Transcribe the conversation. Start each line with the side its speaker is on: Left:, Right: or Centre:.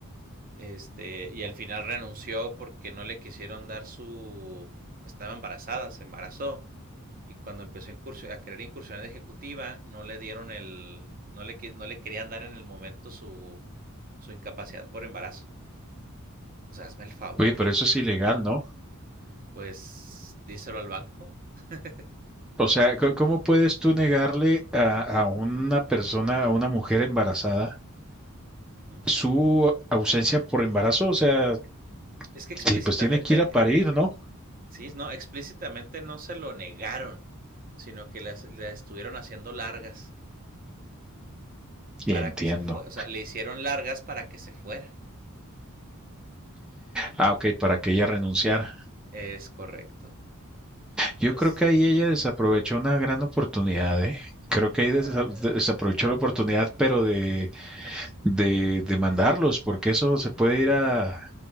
Right: Este, y al final renunció porque no le quisieron dar su, estaba embarazada, se embarazó y cuando empezó a, incursio- a querer incursionar de ejecutiva, no le dieron el, no le, qui- no le querían dar en el momento su, su incapacidad por embarazo. O sea, hazme el favor.
Centre: Oye, pero eso es ilegal, ¿no?
Right: Pues díselo al banco. <laughs>
Centre: O sea, co- ¿cómo puedes tú negarle a, a una persona, a una mujer embarazada,
Right: Ujú.
Centre: su ausencia por embarazo? O sea,
Right: Es que explícitamente,
Centre: ti- pues tiene que ir a parir,
Right: eh,
Centre: ¿no?
Right: sí, no, explícitamente no se lo negaron, sino que las- le estuvieron haciendo largas
Centre: Y
Right: para
Centre: entiendo.
Right: que se fuera. O sea, le hicieron largas para que se fuera.
Centre: Ah, ok, para que ella renunciara.
Right: Es correcto.
Centre: Yo
Right: Pues,
Centre: creo que ahí ella desaprovechó una gran oportunidad, ¿eh? Creo que ahí
Right: nah,
Centre: desa- desaprovechó la oportunidad, pero de, de, de mandarlos, porque eso se puede ir a,